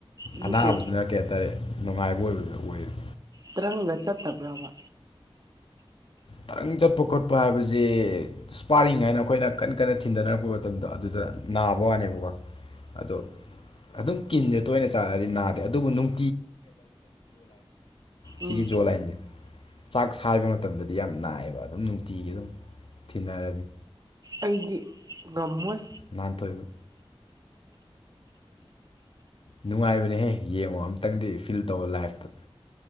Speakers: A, on the right (about 40°); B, on the left (about 60°).
A: ꯅꯠꯇꯦ
B: ꯑꯅꯥꯕꯕꯁꯤꯅ ꯀꯩ ꯍꯥꯏꯇꯥꯔꯦ ꯅꯨꯡꯉꯥꯏꯕ ꯑꯣꯏꯕꯗꯨ ꯑꯣꯏꯌꯦꯕ
A: ꯇ꯭ꯔꯪꯒ ꯆꯠꯇꯕ꯭ꯔꯕ
B: ꯇꯔꯪ ꯆꯠꯄ ꯈꯣꯠꯄ ꯍꯥꯏꯕꯁꯤ ꯏꯁ꯭ꯄꯥꯔꯤꯡ ꯍꯥꯏꯅ ꯑꯩꯈꯣꯏꯅ ꯀꯟꯅ ꯀꯟꯅ ꯊꯤꯟꯊꯅꯔꯛꯄ ꯃꯇꯝꯗꯣ ꯑꯗꯨꯗ ꯅꯥꯕ ꯋꯥꯅꯦꯕꯀꯣ ꯑꯗꯣ ꯑꯗꯨꯝ ꯀꯤꯟꯁꯦ ꯇꯣꯏꯅ ꯆꯥꯔꯛꯑꯗꯤ ꯅꯥꯗꯦ ꯑꯗꯨꯕꯨ ꯅꯨꯡ ꯁꯤꯒꯤ
A: ꯎꯝ
B: ꯖꯣ ꯂꯥꯏꯟꯁꯦ ꯆꯥꯛ ꯁꯥꯕ ꯃꯇꯝꯗ ꯌꯥꯝ ꯅꯥꯏꯑꯌꯦꯕ ꯑꯗꯨꯝ ꯅꯨꯡꯇꯤꯒꯤ ꯑꯗꯨꯝ ꯊꯤꯟꯅꯔꯗꯤ
A: ꯑꯩꯗꯤ ꯉꯝꯃꯣꯏ
B: ꯅꯥꯥꯟꯊꯣꯏꯨ ꯅꯨꯡꯉꯥꯏꯕꯅꯦꯍꯦ ꯌꯦꯡꯉꯣ ꯑꯝꯇꯪꯗꯤ ꯐꯤꯜ ꯇꯧꯋ ꯂꯥꯏꯐꯇ